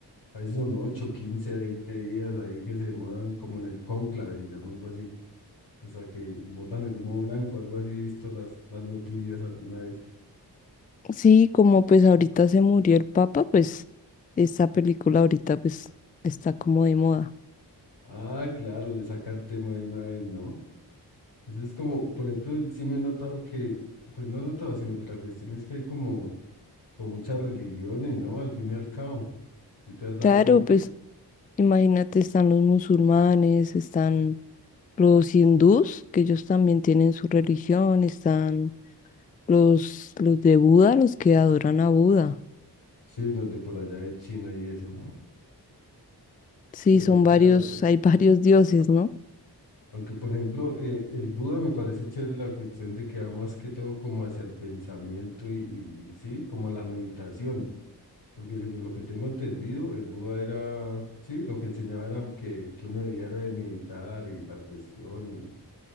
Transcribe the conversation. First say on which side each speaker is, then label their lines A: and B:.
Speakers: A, on the left; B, on the left.
A: Ahí son 8, 15, 20 días ahí que se demoran como en el cónclave, se llama algo así O sea, que botan el humo blanco, algo así he visto las, las noticias alguna vez.
B: sí, como pues ahorita se murió el Papa, pues esta película ahorita pues está como de moda.
A: Ah, claro, le sacan tema de una vez, ¿no? Eso es como, por ejemplo, sí me he notado que, pues no he notado, sino que la cuestión es que hay como, con muchas religiones, ¿no? Al fin y al cabo, ¿sí te has dado
B: Claro,
A: cuenta?
B: pues. Imagínate, están los musulmanes, están los hindús, que ellos también tienen su religión, están los, los de Buda, los que adoran a Buda.
A: Sí, los de por allá de China y eso.
B: Sí,
A: Pero
B: son varios,
A: claro,
B: <laughs> hay varios dioses, ¿no?
A: aunque por ejemplo eh, el Buda me parece chévere la cuestión de que va más que todo como hacia el pensamiento y, y sí, como a la meditación, Porque según lo que tengo entendido, el Buda era, sí, lo que enseñaba era que, que uno debía era de meditar y la cuestión y,